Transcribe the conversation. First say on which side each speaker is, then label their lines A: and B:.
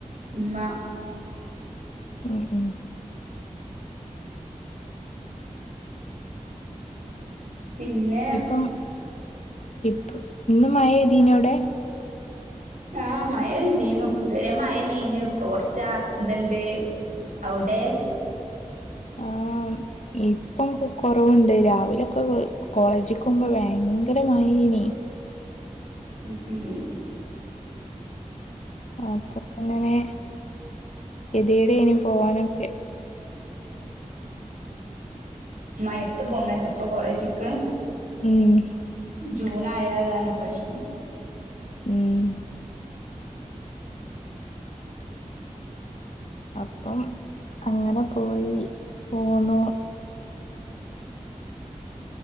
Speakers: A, on the right (about 85°); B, on the left (about 60°).
A: ഉമ്മ
B: ഉം ഉം
A: പിന്നെ
B: ഇപ്പം ഇപ്പ ഇന്ന് മയപെയ്തീന്നോ അവിടെ
A: ആഹ മഴ പെയതീന്നു ഇതുവരെ മഴന്നേന്നു ഇപ്പൊ കൊറച്ച ആക ഇത് ണ്ട് അവിടെ
B: ആഹ് ഇപ്പം കുറവുണ്ട് രാവിലൊക്കെ കോളേജ് പോക്മ്പോ ഭയങ്കരമായി പിന്നെയ്
A: ഉം ഉം
B: അപ്പൊ അങ്ങനെ എതിടെ ഇനി പോവാനൊക്കെ
A: മഴയത്ത് പോണല്ലേ ഇ പ്പൊ കോളേജ് ക്ക്
B: ഉം
A: ജൂൺ ആയതാണ പ്രശ്നം
B: ഉം അപ്പം അങ്ങനെ പോയി പോന്നു